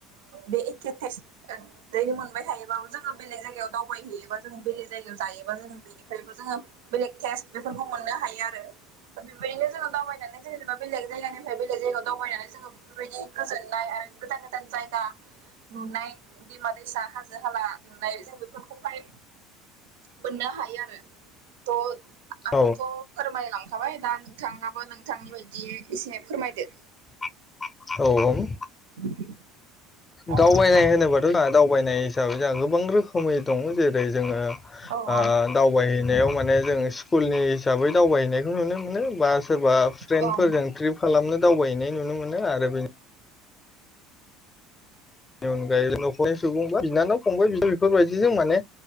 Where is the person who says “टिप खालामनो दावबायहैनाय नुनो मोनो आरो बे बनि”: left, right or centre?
Left